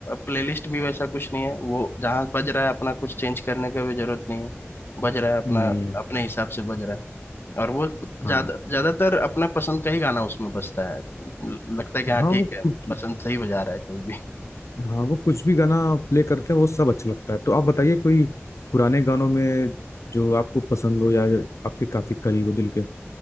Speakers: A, on the left; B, on the left.
A: प्लेलिस्ट भी वैसा कुछ नहीं है वो जहाँ बज रहा है अपना कुछ चेंज करने का भी जरूरत नहीं है बज रहा है अपना
B: नहीं है
A: अपने हिसाब से बज रहा है और वो
B: हाँ
A: ज्यादा ज्यादातर अपना पसंद का ही गाना उसमें बजता है ल- लगता है कि हाँ
B: हाँ
A: ठीक
B: वो
A: है
B: कुछ
A: पसंद सही बजा रहा है कोई भी
B: हाँ वो कुछ भी गाना प्ले करते हैं वो सब अच्छा लगता है तो आप बताइए कोई पुराने गानों में जो आपको पसंद हो या जो आपके काफी करीब हो दिल के